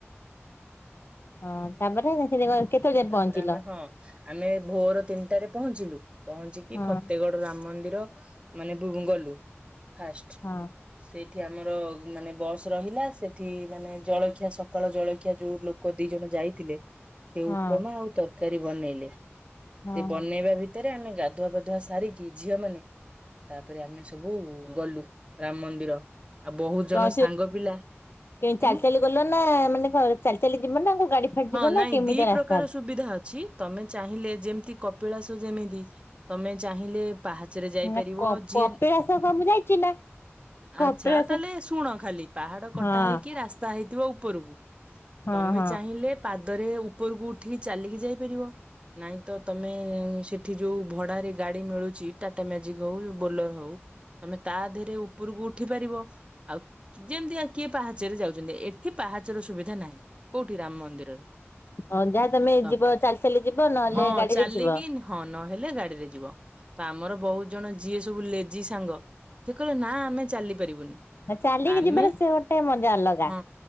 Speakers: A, on the left; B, on the right.
A: ହଁ ତାପରେ <unintelligible>
B: ତାପରେ
A: ପହଞ୍ଚିଲ?
B: ଆମେ ହଁ। ଆମେ ଭୋର ତିନିଟାରେ ପହଞ୍ଚିଲୁ ପହଞ୍ଚିକି
A: ହଁ
B: ଫତେଗଡ ରାମ ମନ୍ଦିର ମାନେ ବୁମ୍ ଗଲୁ ଫାଷ୍ଟ।
A: ହଁ
B: ସେଇଠି ଆମର ମାନେ ବସ୍ ରହିଲା ସେଠି ମାନେ ଜଳଖିଆ ସକାଳ ଜଳଖିଆ ଯୋଉ ଲୋ କ ଦି ଜଣ ଯାଇଥିଲେ ସେ
A: ହଁ
B: ଉପମା ଆଉ ତରକାରୀ ବନେଇଲେ
A: ହଁ।
B: ସେ ବନେଇବା ଭି ତରେ ଆମେ ଗାଧୁଆ ପାଧୁଆ ସାରିକି ଝିଅମାନେ ତାପରେ ଆମେ ସବୁ ଗଲୁ ରାମ ମନ୍ଦିର। ଆଉ ବହୁତ ଜଣ
A: କଣ
B: ସାଙ୍ଗ ପିଲା
A: କେମିତି ଚାଲି
B: ଉଁ
A: ଚାଲି ଗଲ ନା ମାନେ କଣ ଚାଲି ଚାଲି ଯିବନା କୋଉ ଗାଡି ଫାଡି
B: ହଁ
A: ଯିବ
B: ନାଇଁ
A: ନା କେମିତିଆ
B: ଦି
A: ରାସ୍
B: ପ୍ରକାର ସୁବିଧା ଅଛି ତମେ ଚାହିଁଲେ ଯେମିତି କପିଳାସ ଯେମିତି ତମେ ଚାହିଁଲେ ପାହାଚରେ ଯାଇପାରିବ
A: ମାନେ
B: ଯିଏ
A: କପିଳାସ କଣ ମୁଁ ଯାଇଛି ନା କପିଳାସ
B: ଆଚ୍ଛା ତାହେଲେ ଶୁଣ ଖାଲି ପାହାଡ କଟା
A: ହଁ।
B: ହେଇକି ରାସ୍ତା ହେଇଥିବ ଉପରକୁ
A: ହଁ
B: ତମେ
A: ହଁ
B: ଚାହିଁଲେ ପାଦରେ ଉପରକୁ ଉଠିକି ଚାଲିକି ଯାଇପାରିବ। ନାଇଁ ତ ତମେ ସେ ଠି ଯୋଉ ଭଡାରେ ଗାଡି ମିଳୁଛି ଟାଟା ମ୍ୟାଜିକ ହଉ ବୋଲର ହଉ ତମେ ତା ଦେହରେ ଉପରକୁ ଉଠି ପାରିବ ଆଉ ଯେମିତି ଆଉ କିଏ ପାହାଚରେ ଯାଉଛନ୍ତି। ଏଠି ପାହାଚର ସୁବିଧା ନାହିଁ କୋଉଠି ରାମ ମନ୍ଦିରରେ।
A: ହଁ ଯାହା ତମେ
B: ତ
A: ଯିବ ଚାଲି ଚାଲି ଯିବ ନହେଲେ
B: ହଁ
A: ଗାଡିରେ
B: ଚାଲିକି
A: ଯିବ?
B: ହଁ ନହେଲେ ଗାଡିରେ ଯିବ ତ ଆମର ବହୁତ ଜଣ ଯିଏ ସବୁ ଲେଜି ସାଙ୍ଗ ସେ କହିଲ ନା ଆମେ ଚାଲିପାରିବୁନି
A: ନା ଚାଲିକି
B: ଆମେ
A: ଯିବାର ସେ ଗୋଟେ ମଜା ଅଲଗା।
B: ହଁ